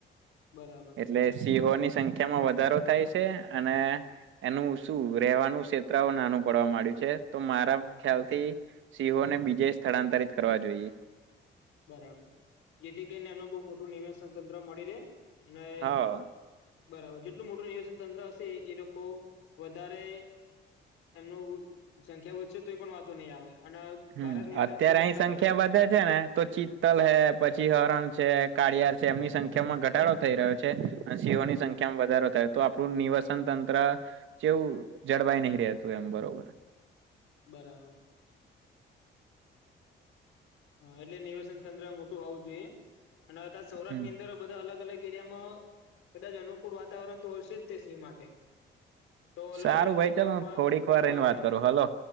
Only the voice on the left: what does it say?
બરાબર.
હમ્મ,
હમ્મ,
બરાબર જેથી કરીને એમને બહ મોટું નિવેસન તંત્ર મળી રહે અને
બરાબર જેટલું મોટું નિવેશન તંત્ર હશે એ લોકો વધારે એમનું સંખ્યા વધશે તો એ પણ વાતો નહીં આવે અને
ભારતની અંદર
કદાચ
અલગ
અલગ
હમ્મ,
હમ્મ,
બરાબર. હા એટલે નિવાસન તંત્ર મોટું હોવું જોઈએ અને સૌરાષ્ટ્રની
અંદર બધા અલગ અલગ એરિયામાં કદાચ અનુકૂળ વાતાવરણ તો હશે જ તે સિંહ માટે. તો અલગ
અલગ
જિલ્લાઓમાં
મોકલવા
જોઈએ